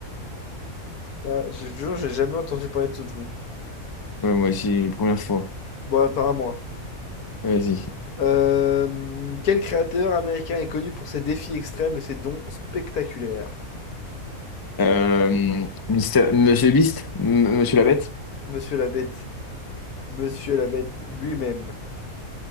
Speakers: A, on the left; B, on the left.
A: euh, je te jure, j'ai jamais entendu parler de ce truc.
B: Ouais, moi aussi, première fois.
A: Bon, attends à moi.
B: Vas-y.
A: Euh, quel créateur américain est connu pour ses défis extrêmes et ses dons spectaculaires?
B: Euh, Mister- Monsieur Beast, M- Monsieur la Bête,
A: Monsieur la Bête. Monsieur la Bête lui-même.